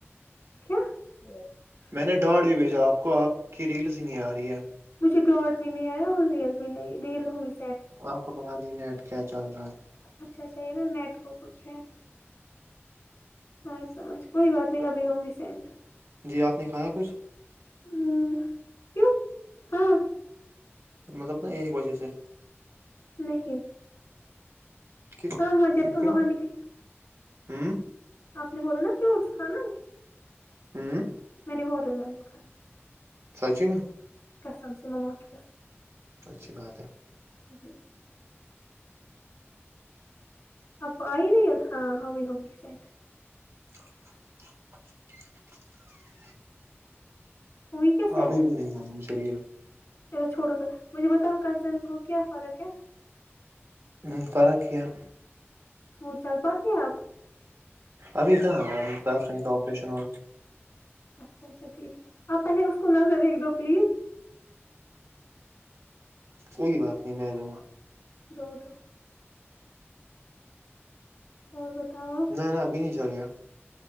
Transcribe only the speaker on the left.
کیا <unintelligible>
مجھے ڈاٹ بھی نہیں آیا اور ریل بھی نہیں ریل ہوئی <unintelligible>
اچھا اچھا یہ نا نیٹ کو کچھ ہے ااں سمجھ کوئی بات نہیں ابھی ہوگی سینڈ <unintelligible>
ہ کیوں ہاں <unintelligible>
نہیں
ہاں ہاں جب تم
وہاں
اپپنے بول نا فروٹس کانا
میں نے واٹر ملن کھایا <unintelligible>
قسم سے ما موقے قسم
جی <unintelligible> اپ آئیریل ہاں ہوئی ہوگ گی سینٹ
ہوئی کیا سینڈ
چلو چھوڑو پھر مجھے بتاؤ کزن کو کیا فرق ہے
وہ چل پاتے اب
اچھا اچھا ٹھیک آپ پہلے اس کو نظر دیکھ دو پلیز
دو دو <unintelligible> اور بتاؤ آپ